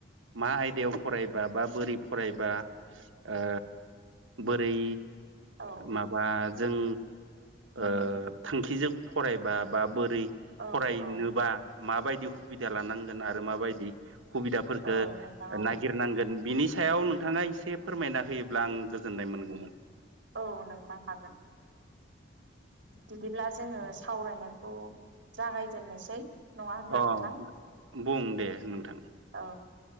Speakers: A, on the right; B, on the right.
A: मा आयदा याव फरायबा बा बोरै फरायबा ओ बोरै
B: औ
A: माबा जों ओ थांखिजों फरायबा बा बो रै
B: औ
A: फराय
B: औ
A: नोबा माबायदि हुबिदा लानांगोन आरो माबायदि हुबिदा फोरखो
B: औ नोंथां औ
A: नागिर नांगोन बिनि सायाव नोंथाङा एसे फोरमायना होयोब्ला आं गोजोन नाय मोनगौ मोन।
B: औ नोंथां हागोन। बिदिब्ला जोङो सावराय नायखौ जागाय जेननोसै। नङा होनबा
A: अ
B: नोंथां
A: बुं दे नोंथां
B: औ